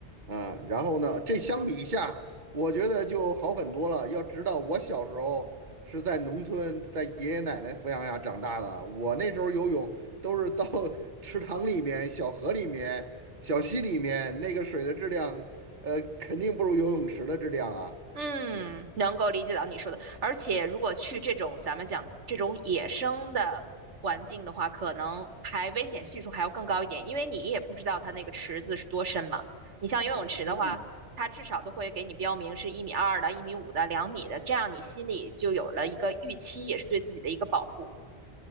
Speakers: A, on the right; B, on the right.
A: 嗯，然后呢，这相比一下，我觉得就好很多了。要知道，我小时候是在农村，在爷爷奶奶抚养下长大的，我那时候游泳都是到 <laughs> 池塘里面、小河里面、小溪里面，那个水的质量，呃，肯定不如游泳池的质量啊。
B: 嗯，能够理解到你说的，而且如果去这种咱们讲这种野生的环境的话，可能还危险系数还要更高一点，因为你也不知道它那个池子是多深嘛。你像游泳池的话，
A: 嗯
B: 它至少都会给你标明是一米二的、一米五的、两米的，这样你心里就有了一个预期，也是对自己的一个保护。